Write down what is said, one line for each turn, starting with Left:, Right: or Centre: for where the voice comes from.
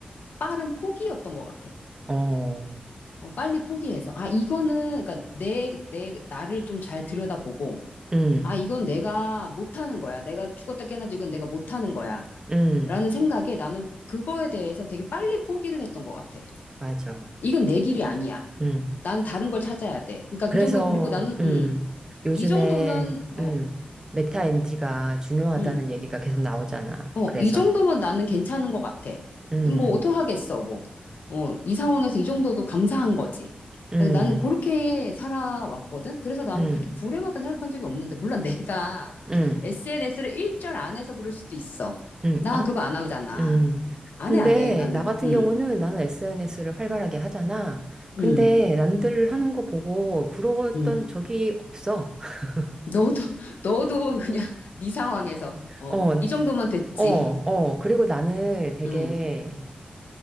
Left: 빠른 포기였던 것 같아.
Right: 어,
Left: 어, 빨리 포기해서. 아, 이거는, 그러니까 내, 내, 나를 좀 잘 들여다보고,
Right: 음,
Left: 아, 이건 내가 못하는 거야. 내가 죽었다 깨어나도 이건 내가 못하는 거야.
Right: 음,
Left: 라는 생각에 나는 그거에 대해서 되게 빨리 포기를 했던 것 같아.
Right: 맞아.
Left: 이건 내 길이 아니야.
Right: 음,
Left: 난 다른 걸 찾아야 돼. 그러니까 그
Right: 그래서
Left: 정도, 그리고 나는,
Right: 음,
Left: 음,
Right: 요즘에
Left: 이 정도면, 어,
Right: 음, 메타 MD가 중요하다는
Left: 음,
Right: 얘기가 계속 나오잖아.
Left: 어,
Right: 그래서.
Left: 이 정도면 나는 괜찮은 것 같아.
Right: 음,
Left: 뭐, 어떡하겠어, 뭐. 어, 이 상황에서 이 정도도 감사한 거지.
Right: 음,
Left: 그러니까 나는 그렇게 살아왔거든. 그래서 나는
Right: 음,
Left: 그렇게 불행하다 생각한 적이 없는데, 물론 내가
Right: 음.
Left: SNS를 일절 안 해서 그럴 수도 있어.
Right: 음,
Left: 난
Right: 아,
Left: 그거 안 하잖아.
Right: 음.
Left: 안
Right: 근데
Left: 해, 안 해, 나는.
Right: 나 같은
Left: 음,
Right: 경우는 나는 SNS를 활발하게 하잖아. 근데
Left: 음,
Right: 남들 하는 거 보고 부러웠던
Left: 음.
Right: 적이 없어. <laughs>
Left: 너도, <laughs> 너도 그냥 네 상황에서, 어,
Right: 어,
Left: 이 정도면 됐지.
Right: 어, 어. 그리고 나는 되게,
Left: 음,